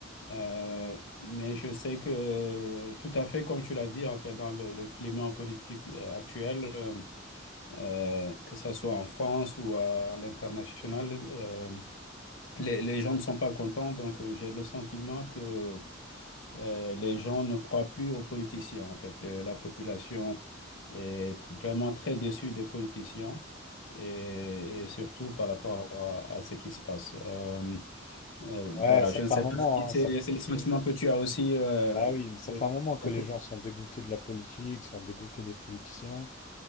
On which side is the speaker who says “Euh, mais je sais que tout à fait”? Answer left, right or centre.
Left